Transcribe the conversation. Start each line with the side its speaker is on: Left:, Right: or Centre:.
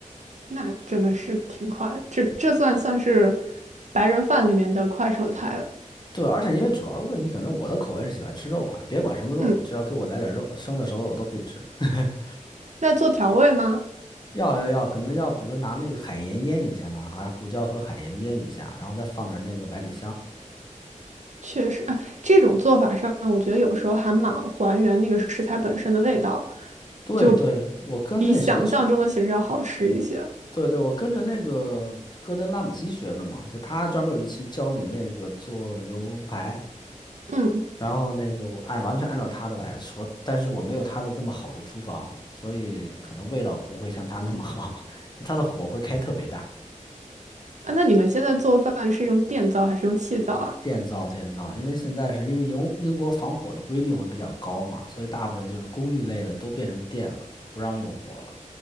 Right: 那真的是挺快的这这算算是白人饭里面的快手菜了。
Left: 对，而且因为主要是问题，可能我的口味是喜欢吃肉嘛，别管什么肉，
Right: 嗯，
Left: 你只要给我来点肉，生的熟的我都可以吃。<laughs>
Right: 那做调味吗？
Left: 要要要，可能要比如说拿那个海盐腌一下嘛，还胡椒和海盐腌一下，然后再放点那个百里香。
Right: 确实，啊，这种做法上，我觉得有时候还蛮还原那个食材本身的味道，
Left: 对对，
Right: 就
Left: 我跟那谁学
Right: 比想象中的其实要好吃一些。
Left: 对对，我跟着那个戈登拉姆齐学的嘛，就他专门有一期教你那个做牛排，
Right: 嗯。
Left: 然后那个我按完全按照他的来说，但是我没有他的这么好的厨房，所以可能味道不会像他那么好，<laughs> 因为他的火会开特别大。
Right: 啊，那你们现在做饭是用电灶还是用气灶啊？
Left: 电灶，电灶，因为现在是因为英英国防火的规定会比较高嘛，所以大部分就是公寓类的都变成电了，不让用火了。